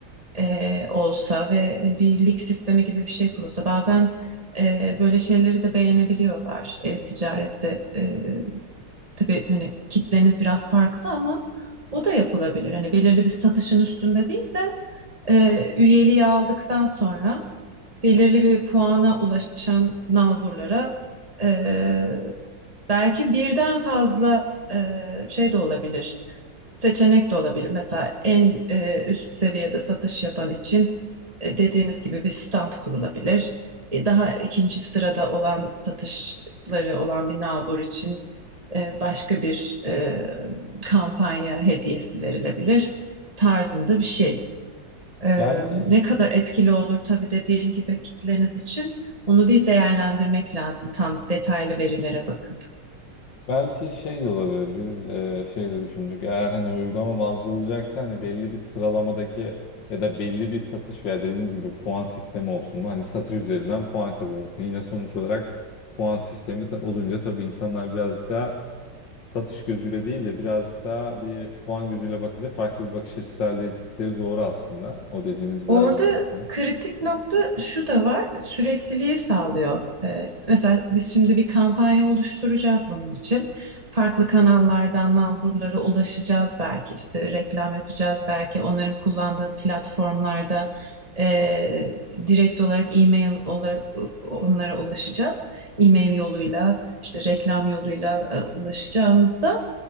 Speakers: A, on the right; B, on the left.
A: e, olsa ve hani bir lig sistemi gibi bir şey kurulsa. Bazen e, böyle şeyleri de beğenebiliyorlar e, ticarette. E, tabii hani kitleniz biraz farklı ama o da yapılabilir. Hani belirli bir satışın üstünde değil de e, üyeliği aldıktan sonra belirli bir puana ulaşan nalburlara e, belki birden fazla e, şey de olabilir, seçenek de olabilir. Mesela en e, üst seviyede satış yapan için e, dediğiniz gibi bir stand kurulabilir. E, daha ikinci sırada olan satışları olan bir nalbur için e, başka bir e, kampanya hediyesi verilebilir tarzında bir şey. Ee,
B: Yani ki
A: ne kadar etkili olur tabii dediğim gibi kitleniz için onu bir değerlendirmek lazım tam detaylı verilere bakıp.
B: Belki şey de olabilir. Biz e, şey de düşündük. Eğer hani uygulama bazlı olacaksa hani belli bir sıralamadaki ya da belli bir satış veya dediğiniz gibi puan sistemi olsun. Bu Hani satış üzerinden puan kazanılsın. Yine sonuç olarak puan sistemi ta- olunca tabii insanlar birazcık daha satış gözüyle değil de birazcık daha bir puan gözüyle bakınca farklı bir bakış açısı elde ettikleri doğru aslında. O dediğiniz
A: Orada
B: biraz mantıklı.
A: kritik nokta şu da var, sürekliliği sağlıyor. Ee, mesela biz şimdi bir kampanya oluşturacağız bunun için. Farklı kanallardan nalburlara ulaşacağız belki işte reklam yapacağız belki onların kullandığı platformlarda e, direkt olarak e-mail olarak e, onlara ulaşacağız. E-mail yoluyla işte reklam yoluyla e, ulaşacağımızda